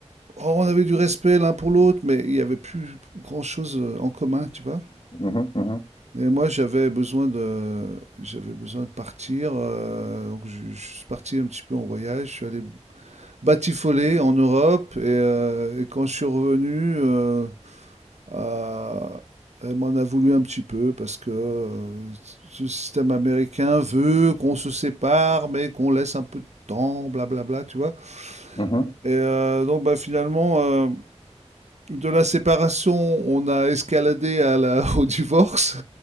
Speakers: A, on the right; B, on the left.
A: on avait du respect l'un pour l'autre, mais il n'y avait plus grand-chose euh, en commun, tu vois.
B: Mhm. Mhm.
A: Et moi, j'avais besoin de, j'avais besoin de partir. euh, donc, je, je suis parti un petit peu en voyage. Je suis allé batifoler en Europe. Et, euh, et quand je suis revenu, euh, euh, elle m'en a voulu un petit peu parce que euh, ce système américain veut qu'on se sépare, mais qu'on laisse un peu de temps, blablabla, tu vois.
B: Mhm.
A: Et euh, donc, bah, finalement, euh, de la séparation, on a escaladé à la, <laughs> au divorce.